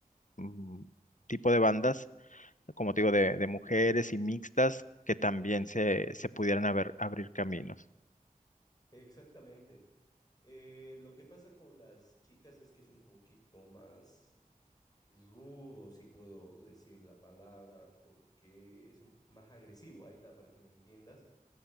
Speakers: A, on the left (about 60°); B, on the left (about 25°).
A: mm, tipo de bandas, como te digo, de, de mujeres y mixtas, que también se, se pudieran haber- abrir caminos.
B: Exactamente. Eh, lo que pasa con las chicas es que es un poquito más rudo, si puedo decir la palabra, porque es un- más agresivo, ahí está, para que me entiendas,